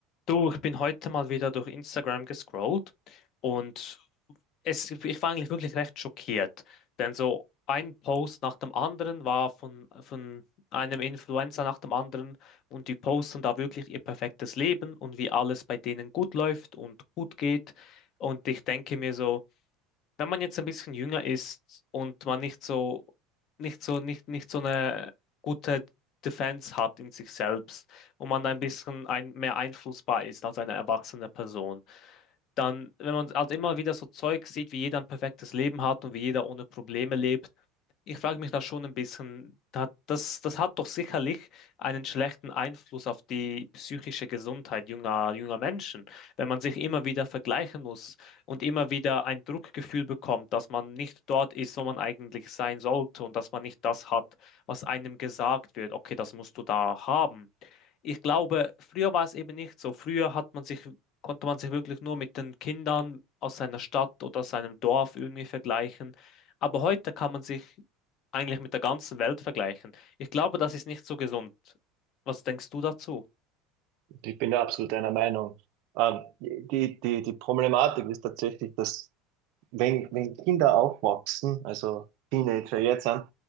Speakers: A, on the left (about 40°); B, on the right (about 55°).
A: Du, ich bin heute mal wieder durch Instagram gescrollt und es, ich war eigentlich wirklich recht schockiert, denn so ein Post nach dem anderen war von, von einem Influencer nach dem anderen und die posten da wirklich ihr perfektes Leben und wie alles bei denen gut läuft und gut geht. Und ich denke mir so, wenn man jetzt ein bisschen jünger ist und man nicht so, nicht so, nicht, nicht so eine gute Defense hat in sich selbst und man ein bisschen ein, mehr einflussbar ist als eine erwachsene Person, dann, wenn man halt immer wieder so Zeug sieht, wie jeder ein perfektes Leben hat und wie jeder ohne Probleme lebt, ich frage mich da schon ein bisschen, da- das, das hat doch sicherlich einen schlechten Einfluss auf die psychische Gesundheit junger, junger Menschen, wenn man sich immer wieder vergleichen muss und immer wieder ein Druckgefühl bekommt, dass man nicht dort ist, wo man eigentlich sein sollte und dass man nicht das hat, was einem gesagt wird. Okay, das musst du da haben ich glaube, früher war es eben nicht so. Früher hat man sich, konnte man sich wirklich nur mit den Kindern aus seiner Stadt oder aus seinem Dorf irgendwie vergleichen. Aber heute kann man sich eigentlich mit der ganzen Welt vergleichen. Ich glaube, das ist nicht so gesund. Was denkst du dazu?
B: Ich bin da absolut deiner Meinung. Ähm, die, die, die Problematik ist tatsächlich, dass wenn, wenn Kinder aufwachsen, also Teenager jetzt sind,